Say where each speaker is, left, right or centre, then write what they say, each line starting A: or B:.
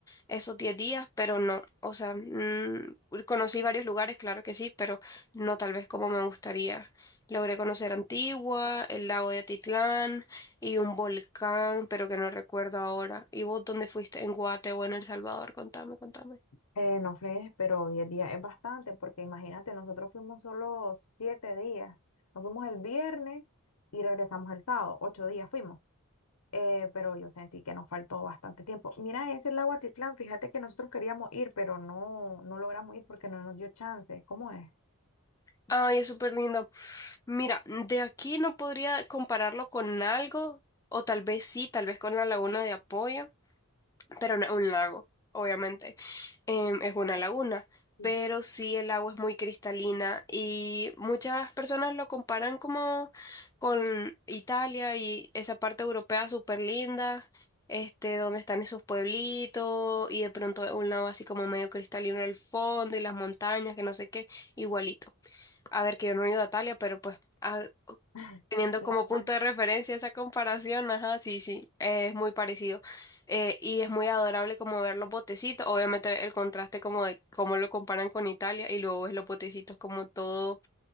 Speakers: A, on the left; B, on the left.
A: esos 10 días, pero no, o sea, mm, conocí varios lugares, claro que sí, pero no tal vez como me gustaría. Logré conocer Antigua, el lago de Atitlán y un volcán, pero que no recuerdo ahora. ¿Y vos dónde fuiste? ¿En Guate o en El Salvador? Contame, contame.
B: Eh, no sé, pero 10 días es bastante, porque imagínate, nosotros fuimos solo 7 días. Nos fuimos el viernes y regresamos el sábado, 8 días fuimos. Eh, pero yo sentí que nos faltó bastante tiempo. Mira, ese es el Aguatitlán, fíjate que nosotros queríamos ir, pero no, no logramos ir porque no nos dio chance. ¿Cómo es?
A: Ay, es súper lindo. Mira, de aquí no podría compararlo con algo, o tal vez sí, tal vez con la Laguna de Apoyo pero no es un lago, obviamente, em, es una laguna,
B: Sí.
A: pero sí el agua es muy cristalina y muchas personas lo comparan como con Italia y esa parte europea súper linda, este, donde están esos pueblitos y de pronto un lago así como medio cristalino al fondo y las montañas, que no sé qué, igualito. A ver, que yo no he ido a Italia, pero pues ah,
B: <laughs>
A: Teniendo
B: Es
A: como
B: la misma
A: punto de referencia esa comparación, ajá, sí, sí, es muy parecido. Eh, y es muy adorable como ver los botecitos, obviamente el contraste como de cómo lo comparan con Italia y luego ves los botecitos como todo,